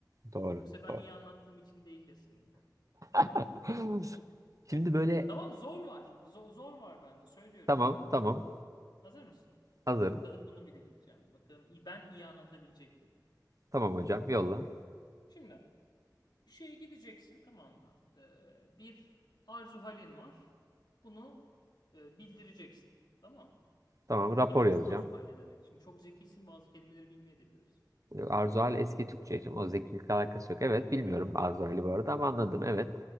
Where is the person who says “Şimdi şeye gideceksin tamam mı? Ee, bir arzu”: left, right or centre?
Left